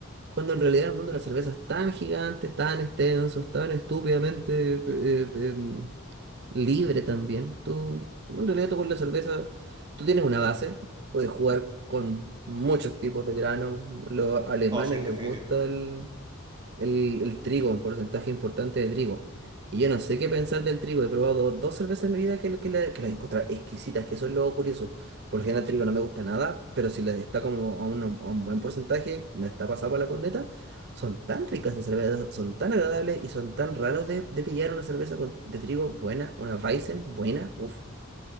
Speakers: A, on the right; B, on the right.
A: cuando en realidad el mundo de la cerveza es tan gigante, tan extenso, es tan estúpidamente eh, em, libre también. Tú, en realidad tú con la cerveza, tú tienes una base, puedes jugar con muchos tipos de granos. Los alemanes
B: Oh, sí, en
A: les
B: definitivo.
A: gusta el, el, el trigo, un porcentaje importante de trigo. Y yo no sé qué pensar del trigo. He probado dos cervezas en mi vida que, la- que, la- que las encuentro exquisitas, que eso es lo curioso. Porque el trigo no me gusta nada, pero si les está como a, un a un buen porcentaje, no está pasado por la corneta. Son tan ricas las cervezas, son tan agradables y son tan raros de, de pillar una cerveza con- de trigo buena, una Weizen buena, uff.